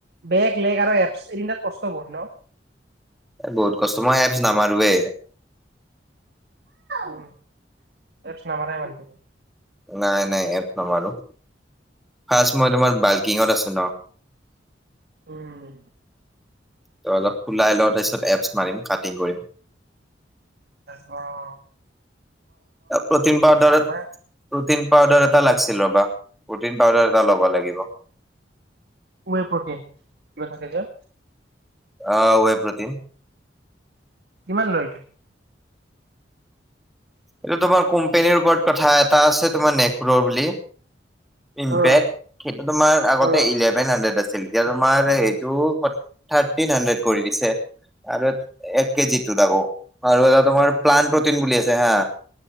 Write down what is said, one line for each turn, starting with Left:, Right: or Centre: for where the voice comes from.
Right: বেগ লেগ আৰু এপছ তিনিটা কষ্ট বহুত ন।
Centre: এ বহুত কষ্ট মই এপছ নামাৰোৱে।
Right: উমঁ এফ নমাৰে মনটো
Centre: নাই নাই এপ নামাৰো ফাৰ্ষট মই তোমাৰ বাল্কিঙত আছো ন।
Right: উমঁ!
Centre: তো অলপ ওলাই লঙ তাৰপিছত এপছ মাৰিম কাটিং কৰিম।
Right: অঁ
Centre: প্ৰটিন পাউদাৰত
Right: মানে
Centre: প্ৰটিন পাউদাৰ এটা লাগিছিল ৰবা। প্ৰটিন পাউদাৰ এটা ল'ব লাগিব।
Right: <inaudible> প্ৰটিন কিবা থাকে যে।
Centre: অ <inaudible> প্ৰ'টিন
Right: কিমান লৈ এইটো?
Centre: এইটো তোমাৰ কোম্পানীৰ ওপৰত কথা এটা আছে তোমাৰ নাকপ্ৰ বুলি ইম্পেক্ট
Right: উম,
Centre: সেইটো তোমাৰ আগতে
Right: উম,
Centre: ইলেভেন হাড্ৰেড আছিল এতিয়া তোমাৰ এইটো থাৰ্টিন হাণ্ড্ৰেড কৰি দিছে। আৰু এক কেজি টো আকৌ আৰু এটা তোমাৰ প্লান প্ৰটিন বুলি আছে হা